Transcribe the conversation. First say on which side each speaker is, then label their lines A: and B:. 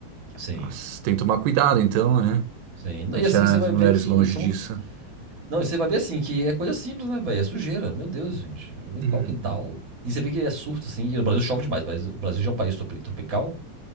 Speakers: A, on the right; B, on the right.
A: Sim,
B: Nossa, tem que tomar cuidado então, né?
A: sim. Não,
B: Deixar
A: E assim, você
B: as
A: vai
B: mulheres
A: ver que
B: longe
A: são.
B: disso.
A: Não, e você vai ver assim, que é coisa simples, né, velho? É sujeira. Meu Deus, gente. Limpar
B: Uhum.
A: o quintal. E você vê que é surto, assim. E no Brasil chove demais, mas o Brasil já é um país tropi- tropical.